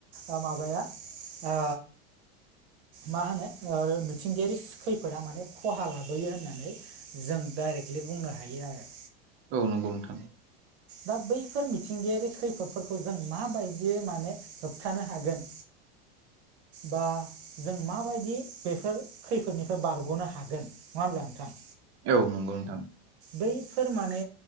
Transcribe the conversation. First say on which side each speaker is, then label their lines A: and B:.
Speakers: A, on the right; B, on the right.
A: ओ माबाया ओ मा होनो ओ मिथिंगायारिस खैफोदा माने ख'हा लाबोयो होननानै जों डाइरेक्टलि बुंनो हायो आरो।
B: औ नंगौ नोंथां।
A: दा बैफोर मिथिंगायारि खैफोदफोरखौ जों माबायदियै माने होबथानो हागोन बा जों माबायदि बेफोर खैफोदनिफ्राय बारग'नो हागोन नङा होमब्ला नोंथां
B: औ नंगौ नोंथां
A: बैफोर माने